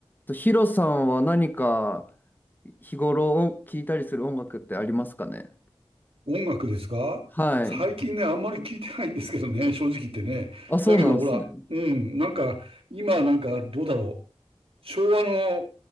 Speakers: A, on the left; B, on the right.
A: と、ヒロさんは何か日頃聴いたりする音楽ってありますかね
B: 音楽ですか最近ね、
A: はい。
B: あんまり聞いてないんですけどね、<laughs> 正直言ってね。
A: あ、そうなんですね。
B: だけどほら、うん、なんか、今なんかどうだろう。昭和の